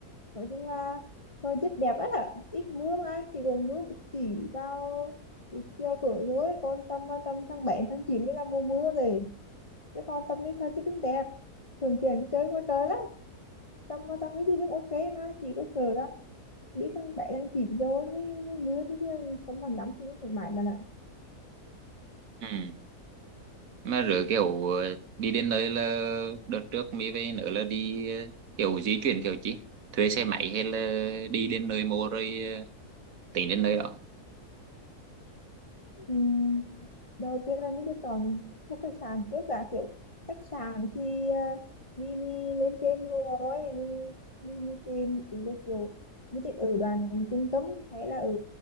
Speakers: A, on the left; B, on the right.
A: nói chung là thôi rất đẹp ấy là ít mưa mà chỉ còn mưa một chỉ vào buổi chiều tối thôi còn tâm tâm tháng 7 tháng 9 mới là mùa mưa rồi chứ còn tâm đi thôi chứ cũng đẹp thường chuyển đi chơi ngoài trời lắm Tâm Tâm cái gì cũng ok mà chị có sợ là biết thằng bé đang chìm vô như, như mưa thế chứ tấm bằng lắm thì nó phải mãi mà là
B: ừ. mà rồi kiểu ờ, đi đến nơi là đợt trước mới về nữa là đi ờ, kiểu di chuyển kiểu gì thuê xe máy hay là đi đến nơi mua rồi ờ, tính đến nơi đó
A: Ừ, đầu tiên là mình cứ chọn một cái sàn trước đã kiểu khách sạn thì uh, mình, mình lên trên rồi mình mình mình tìm ý là kiểu mình thích ở đoàn trung tâm hay là ở